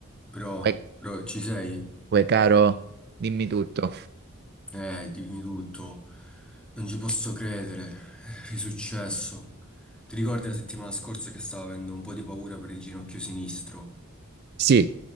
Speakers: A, in the centre; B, on the right.
A: Bro,
B: Uè,
A: bro, ci sei?
B: uè, caro, dimmi tutto.
A: Eh, dimmi tutto. Non ci posso credere. Eh, È risuccesso. Ti ricordi la settimana scorsa che stavo avendo un po' di paura per il ginocchio sinistro?
B: Sì,